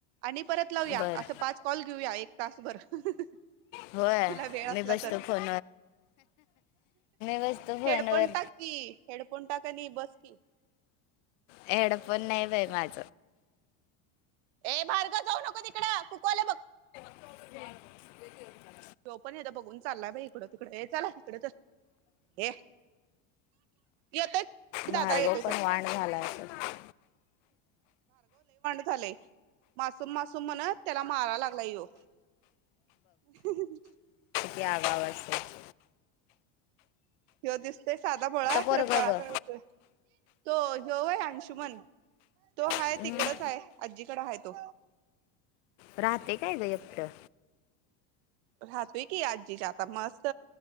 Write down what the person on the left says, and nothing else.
बरं
होय
बसतो
मी बसतो फोन
वर
हेडपोन नाय बाई माझ.
<unintelligible>
भार्गव
पण
वाण झाला असं
ती आगाव असत्यात.
पोरग
ग
हम्म.
राहतय काय ग एकटं?